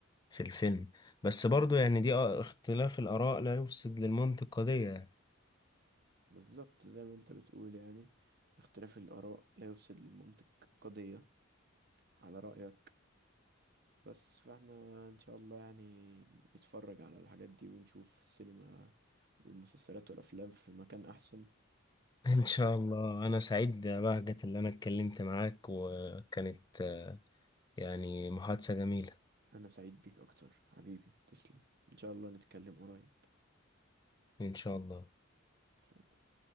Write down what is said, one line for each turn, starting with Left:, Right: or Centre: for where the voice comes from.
Left: في الفيلم بس برضو يعني دي آه، اختلاف الآراء لا يفسد للمنطق قضية
Right: بالظبط زي ما انت بتقول يعني اختلاف الآراء لا يفسد للمنطق قضية على رأيك بس فاحنا ان شاء الله يعني نتفرج على الحاجات دي ونشوف السينما والمسلسلات والأفلام في مكان أحسن
Left: إن شاء الله أنا سعيد بهجت اللي أنا اتكلمت معاك وكانت آه، يعني محادثة جميلة
Right: أنا سعيد بيك أكتر حبيبي تسلم ان شاء الله نتكلم قريب
Left: إن شاء الله
Right: ان شاء الله